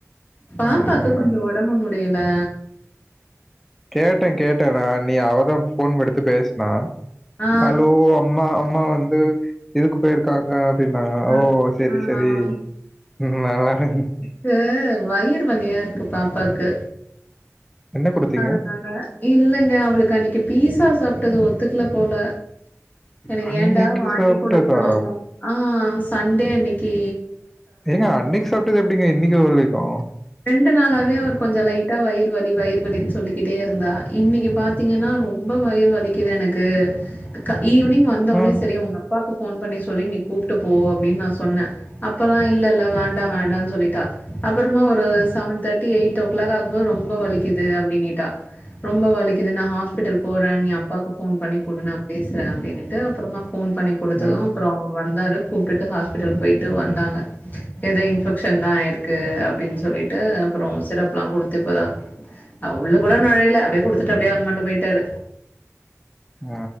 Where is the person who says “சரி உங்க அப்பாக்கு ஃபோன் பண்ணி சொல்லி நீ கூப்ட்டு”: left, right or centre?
Left